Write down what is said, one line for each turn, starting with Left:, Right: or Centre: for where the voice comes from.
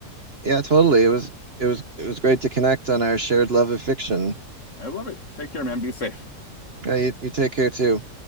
Right: Yeah, totally. It was it was it was great to connect on our shared love of fiction.
Left: I love it. Take care, man. Be safe.
Right: Yeah, you, you take care too.